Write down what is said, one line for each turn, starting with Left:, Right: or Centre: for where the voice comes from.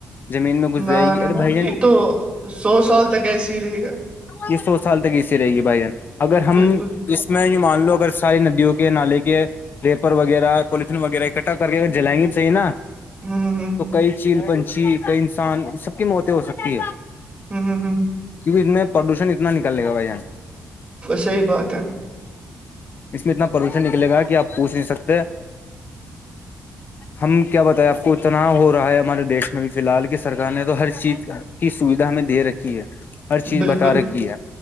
Left: زمین میں گھس
Right: نہ
Left: جائے گی
Right: نہ
Left: ارے
Right: نہ
Left: بھائی جان
Right: یہ تو سو سال تک ایسے ہی رہے گا
Left: یہ سو سال تک اسی رہے گی بھائی جان اگر ہم
Right: بالکل
Left: اس میں یہ مان لو اگر ساری ندیوں کے نالے کے ریپر وغیرہ وہ پالتھین وغیرہ اکٹھا کر کے اگر جلائیں گے صحیح نا
Right: ہوں ہوں
Left: تو کئی چیل پنچھی کئی انسان سب کی موتیں ہو سکتی ہے
Right: ہوں ہوں ہوں
Left: کیونکہ اس میں پردوشن اتا نکل لے گا بھائی جان
Right: صحیح بات ہے
Left: اس میں اتنا پلوشن نکلے گا کہ آپ پوچھ نہیں سکتے
Right: <unintelligible>
Left: ہم کیا بتائے آپ کو اتنا ہو رہا ہے ہمارے دیش میں بھی فی الحال کی سرکار نے تو ہر چیز کی سویدھا ہمیں دے رکھی ہے ہر چیز
Right: بالکل
Left: بتا رکھی ہے